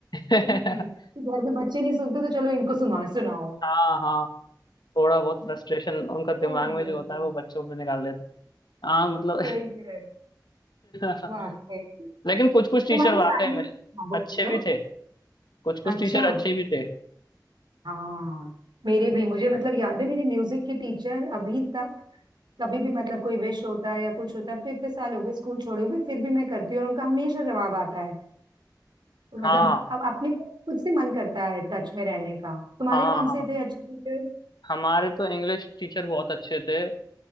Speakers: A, on the left (about 70°); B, on the right (about 75°).
A: है
B: नहीं, कि
A: <laughs>
B: घर में बच्चे नहीं सुनते तो चलो इनको सुना सुनाओ
A: हाँ हाँ थोड़ा बहुत
B: <laughs>
A: फ्रस्ट्रेशन उनका दिमाग
B: ओह,
A: में जो होता है वो बच्चों पे निकाल देते हैं हाँ मतलब
B: सही कह
A: <laughs>
B: वाकई
A: लेकिन कुछ कुछ टीचर
B: तुम्हारे
A: वाकई
B: साइंस
A: में
B: हाँ
A: अच्छे
B: बोलो
A: भी थे कुछ कुछ
B: अच्छा
A: टीचर अच्छे भी थे
B: हाँ मेरे भी मुझे मतलब याद है मेरी म्यूजिक की टीचर अभी तक कभी भी मतलब कोई विश होता है या कुछ होता है अब तो इतने साल हो गए स्कूल छोड़े हुए फिर भी मैं करती हूँ और उनका हमेशा जवाब आता है तो
A: हाँ
B: मतलब अब अपने को खुद से मन करता है टच में रहने का तुम्हारे
A: हाँ
B: कौन
A: हाँ
B: से थे अच्छे टीचर्स
A: हमारे तो इंग्लिश टीचर बहुत अच्छे थे